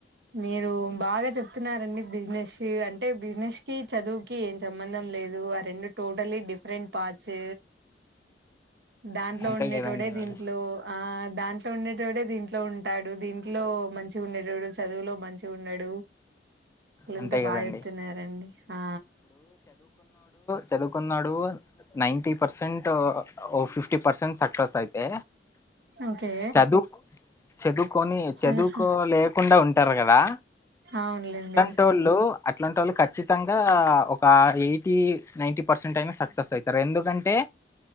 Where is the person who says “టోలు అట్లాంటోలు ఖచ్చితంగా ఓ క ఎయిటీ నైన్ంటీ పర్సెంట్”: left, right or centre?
Left